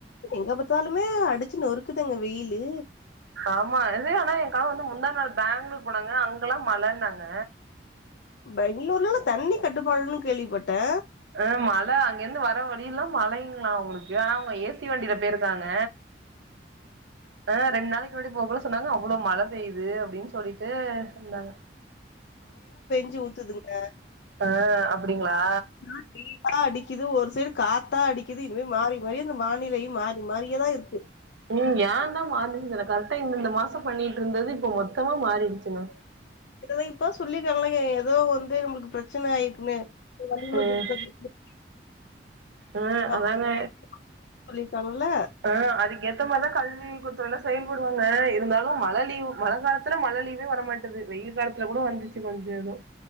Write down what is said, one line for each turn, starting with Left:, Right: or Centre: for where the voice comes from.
Left: எங்க பாத்தாலுமே அடிச்சு நொறுக்குதுங்க வெயிலு
Right: ஆமா இது ஆனா என் கணவர் வந்து முந்தா நாள் பெங்களூர் போனாங்க அங்கல்லா மழன்னாங்க
Left: பெங்களூர்லெல்லா தண்ணி கட்டுப்பாடுன்னு கேள்விப்பட்டே
Right: அ மழ அங்க இருந்து வர வழியெல்லா மழைங்களா அவுங்களுக்கு ஆனா அவுங்க ஏசி வண்டியில பேயிருக்காங்க ஆ ரெண்டு நாளைக்கு முன்னாடி போக்கூட சொன்னாங்க அவ்ளோ மழ பெய்து அப்டின்னு சொல்லிட்டு இருந்தாங்க
Left: ஞ்சு ஊத்துங் க
Right: ஆ அப்டிங்களா
Left: ஹுட்டா அடிக்கிது ஒரு சைடு காத்தா அடிக்கிது இதுவே மாறி மாறி அந்த வானிலையு மாறி மாறியேதா இருக்கு
Right: ம் ஏந்தா மாற்னுச்சுன் தெர்ல கரெக்டா இந்தெந்த மாசம் பண்ணிட்ருந்தது இப்ப மொத்தமா மாறிடுச்சுங்க
Left: இததா இப்போ சொல்லியிருக்காலங்க எதோ வந்து நம்மளுக்கு ப்ரச்சன ஆயிருக்குன்னு இது வளிமண்டலத்த
Right: ம் ஆ அதாங்க
Left: <inaudible> சொல்லியிருக்காங்கல்ல
Right: ஆ அதுக்கு ஏத்த மாரிதா கல்வித் துறையெல்லா செயல்படுவாங்க இருந்தாலு மழ லீவு மழ காலத்துல மழை லீவே வர மாட் டது வெயில் காலத்துல கூட வந்துச்சு கொஞ்சோ எதோ